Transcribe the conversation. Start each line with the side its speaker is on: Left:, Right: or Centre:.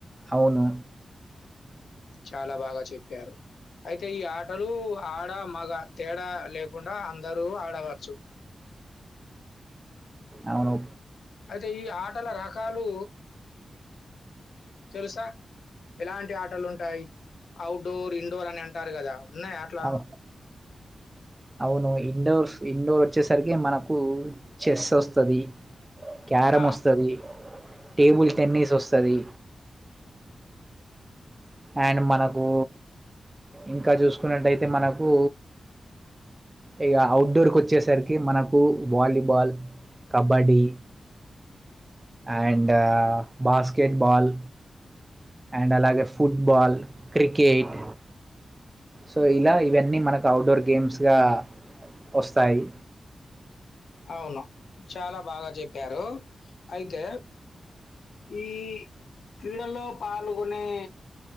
Right: అవును
Left: చాలా బాగా చెప్పారు అయితే ఈ ఆటలు ఆడ మగ తేడా లేకుండా అ అందరు ఆడవచ్చు
Right: అవును
Left: అయితే ఈ ఆటల రకాలు తెలుసా ఎలాంటి ఆటలు ఉంటాయి అవుట్ డోర్ ఇండోర్ అని అంటారు కదా న్నాయా ఆట్లో
Right: అవు అవును ఇండోర్స్ ఇండోర్ ఒచ్చేసరికి మనకు చెస్ ఒస్తది క్యారం
Left: ఆ!
Right: ఒస్తది టేబుల్
Left: హ్మ్.
Right: టెన్నిస్ ఒస్తది అండ్ మనకు ఇంకా చూసుకున్నట్టయితే మనకు ఇక అవుట్ డోర్ వచ్చేసరికి మనకు volleyball kabaddi and basketball and అలాగే ఫుట్ బాల్ క్రికెట్ సో ఇలా ఇవన్నీ మనకు అవుట్ డోర్ గేమ్స్ గా వస్తాయి
Left: అవును చాలా బాగా జెప్పారు అయితే ఈ క్రీడల్లో పాల్గొనే